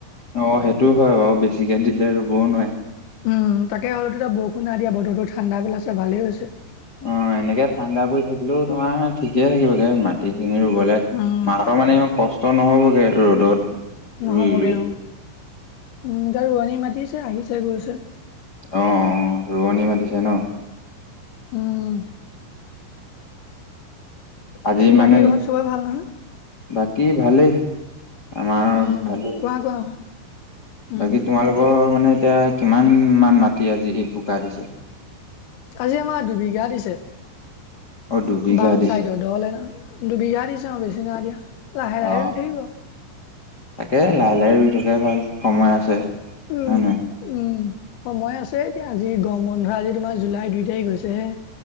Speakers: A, on the left; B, on the left.
A: অ', সেইটো হয় বাৰু বেছিকে দিলে ৰুবও নোৱাৰে।
B: উম তাকে হলেতেতিয়া বৰষুণ নাই দিয়া বতৰতো ঠাণ্ডা পেলাইছে, ভালেই হৈছে।
A: অ', এনেকে ঠাণ্ডা পৰি থাকিলেও তোমাৰ ঠিকে থাকিবাগে মাটি এনে ৰুবলে
B: উম,
A: মাহঁতৰ মানে ইমান কষ্ট নহ'বগে ৰ'দত ৰুই
B: নহবগে
A: ৰুই
B: অ', উম, যাৰ ৰোৱনী মাতি আছে আহিছে গৈছে
A: অ', অ', ৰোৱনী মাতিছে ন'।
B: উম।
A: আজি মানে
B: বাকী ঘৰত চবৰে ভাল নহয়?
A: ব কি ভালেই আমাৰ
B: উম,
A: ভালেই
B: কোৱা কোৱা উম,
A: বাকী তোমালোকৰ মানে এতিয়া কিমান মান মাটি আজি বোকা দিছে?
B: আজি আমাৰ দুবিঘা দিছে।
A: অ দুবিঘা
B: বাম
A: দিছে
B: চাইডৰ, দ'হলে দুবিঘা দিছে অ', বেছি নাই দিয়া। লাহে লাহে
A: অ
B: ৰুই থাকিব।
A: তাকে লাহে লাহে ৰুই থকাই ভাল সময় আছে,
B: উম,
A: হয় নহয়।
B: উম, সময় আছে। এতিয়া আজি গৰম বন্ধ আজি তোমাৰ জুলাই দুই তাৰিখ হৈছে হে।